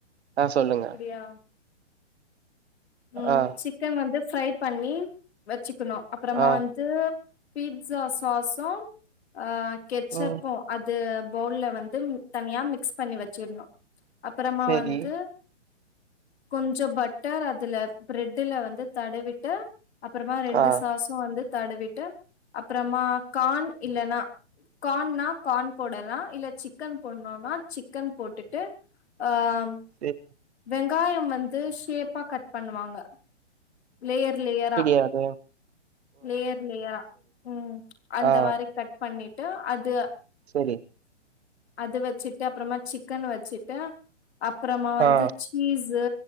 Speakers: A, on the right (about 65°); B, on the left (about 65°).
A: ஆ சொல்லுங்க
B: அப்பிடியா ம்
A: ஆ
B: சிக்கன் வந்து ஃப்ரை பண்ணி வச்சுக்குணு அப்புறமா
A: ஆ
B: வந்து பீ்ட்ஸா சாஸு ஆ கெச்சப்பு
A: ம்
B: அது பவுல்ல வந்து தனியா மிக்ஸ் பண்ணி வச்சிடணு அப்பறமா
A: சேரி
B: வந்து கொஞ்சோ பட் டர் அதுல பிரெட்ல வந்து தடவிட்டு அப்புறமா ரெண்டு
A: ஆ
B: சாஸ் வந்து தடவிட்டு அப்பறமா கார்ன் இல்லன்னா கார்ன்னா கார்ன் போடலா இல்ல சிக்கன் போடோனோனா சிக்கன் போட்டுட்டு ஆ ம்
A: தே
B: வெங்காயம் வந்து ஷேப்பா கட் பண்ணுவாங்க லேயர் லேயரா
A: அதே
B: லேயர் லேயரா ம் அந்த
A: ஆ
B: மாரி கட் பண்ணிட்டு அது
A: செரி
B: அத வச்சுட்டு அப்புறமா சிக்கன் வச்சுட்டு அப்புறமா வந்து
A: ஆ
B: சீஸ்ஸு